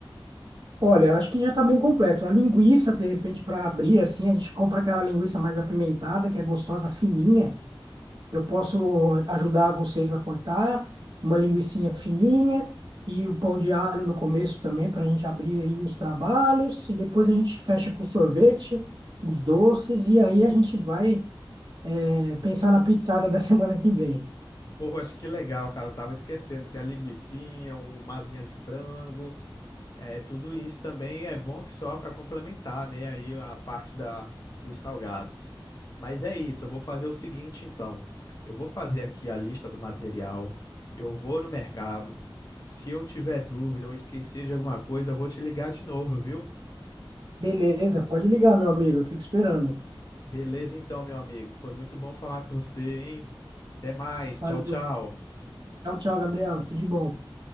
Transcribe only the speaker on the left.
Pô, acho que legal, cara. Eu tava esquecendo. Tem a linguicinha, uma asinha de frango. É, tudo isso também é bom que só para complementar, né? Aí a parte da, dos salgados. Mas é isso, eu vou fazer o seguinte então. Eu vou fazer aqui a lista do material. Eu vou no mercado. Se eu tiver dúvida ou esquecer de alguma coisa, eu vou te ligar de novo, viu?
Beleza então, meu amigo. Foi muito bom falar com você, hein? Até mais. Tchau,
tchau.